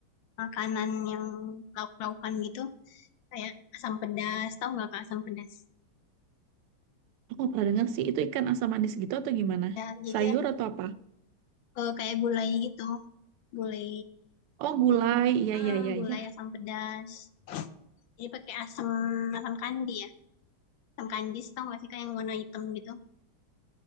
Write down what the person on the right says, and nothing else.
Aku nggak pernah dengar sih itu ikan asam manis gitu atau gimana?
Sayur
atau apa?
Oh, gulai. Iya,
iya, iya,
iya.